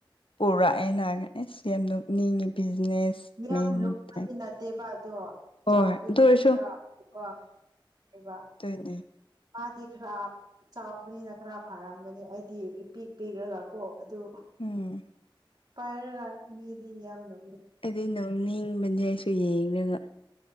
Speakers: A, on the left; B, on the right.
A: ꯄꯨꯔꯛꯑꯦꯅ ꯑꯁ ꯌꯥꯝ ꯅꯣꯛꯅꯤꯡꯉꯤ ꯕꯤꯖꯤꯅꯦꯁ
B: ꯌꯥꯝ
A: ꯃꯦꯟ
B: ꯂꯨꯕꯗꯤ
A: ꯇꯥꯏꯞ
B: ꯅꯠꯇꯦꯕ ꯑꯗꯣ
A: ꯍꯣꯏ
B: ꯆꯥꯎꯕꯒꯤ
A: ꯑꯗꯨ ꯑꯣꯏꯔꯁꯨ
B: ꯈꯔ ꯎꯕ ꯑꯦꯕ
A: ꯇꯅꯦ
B: ꯃꯥꯗꯤ ꯈꯔ ꯆꯥꯎꯕꯅꯤꯅ ꯈꯔ ꯐꯥꯔꯝꯒꯅꯤ ꯑꯩꯗꯤ ꯏꯄꯤꯛ ꯄꯤꯛꯔꯒ ꯀꯣ ꯑꯗꯨ
A: ꯎꯝ
B: ꯄꯥꯏꯔꯒ ꯃꯤꯗꯤ ꯌꯥꯝꯅ
A: ꯑꯩꯗꯤ ꯅꯣꯛꯅꯤꯡꯕꯅꯦ ꯑꯩꯁꯨ ꯌꯦꯡꯔꯒ